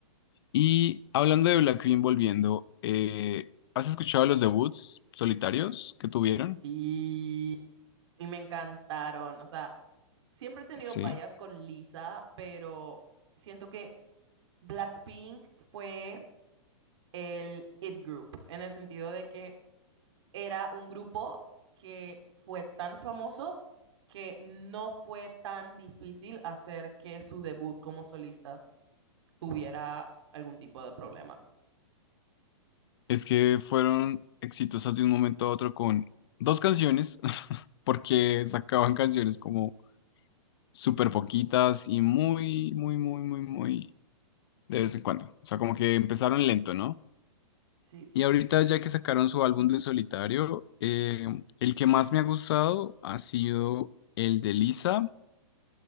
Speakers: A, on the left; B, on the right.
A: Y hablando de Blackpink volviendo, eh, ¿has escuchado los debuts solitarios que tuvieron?
B: Y, y me encantaron. O sea, siempre he tenido
A: Sí.
B: vallas con Lisa, pero siento que Blackpink fue el it group, en el sentido de que era un grupo que fue tan famoso que no fue tan difícil hacer que su debut como solistas tuviera algún tipo de problema.
A: Es que fueron exitosas de un momento a otro con dos canciones, <laughs> porque sacaban canciones como súper poquitas y muy, muy, muy, muy, muy de vez en cuando. O sea, como que empezaron lento, ¿no?
B: Sí,
A: Y ahorita ya que sacaron su álbum de solitario, eh, el que más me ha gustado ha sido el de Lisa